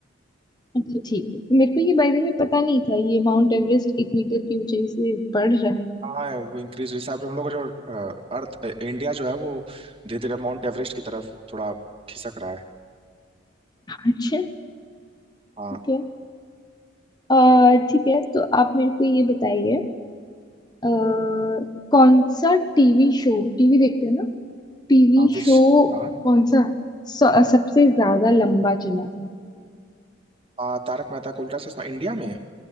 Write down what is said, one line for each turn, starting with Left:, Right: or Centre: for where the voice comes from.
Left: अच्छा ठीक है मेरे को ये बाय द वे पता नहीं था ये माउंट एवरेस्ट एक मीटर की ऊंचाई से बढ़ रहा है
Right: हाँ वो इंक्रीज जैसे आप हम लोग का जो अ, अर्थ अ, इंडिया जो है वो धीरे धीरे माउंट एवरेस्ट की तरफ थोड़ा खिसक रहा है
Left: अच्छा
Right: हाँ
Left: ठीक है अ, ठीक है तो आप मेरे को ये बताइए अ, कौन सा टीवी शो टीवी देखते हैं ना टीवी
Right: हाँ विच
Left: शो
Right: हाँ
Left: कौन सा स- सबसे ज्यादा लंबा चला था
Right: हाँ तारक मेहता का उल्टा चश्मा इंडिया में